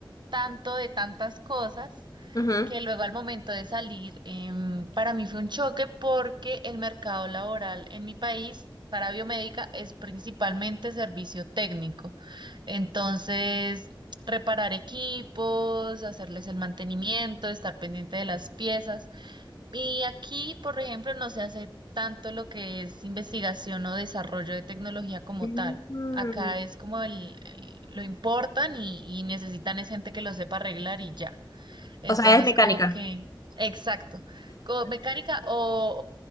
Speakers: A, on the right; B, on the left.
A: tanto de tantas cosas
B: Ujú.
A: que luego al momento de salir, em, para mí fue un choque porque el mercado laboral en mi país para biomédica es principalmente servicio técnico. Entonces, reparar equipos, hacerles el mantenimiento, estar pendiente de las piezas. Y aquí, por ejemplo, no se hace tanto lo que es investigación o desarrollo de tecnología como
B: Mm.
A: tal. Acá es como el- el- lo importan y, y necesitan es gente que lo sepa arreglar y ya. Entonces,
B: O sea, es mecánica.
A: como que, exacto, como mecánica o,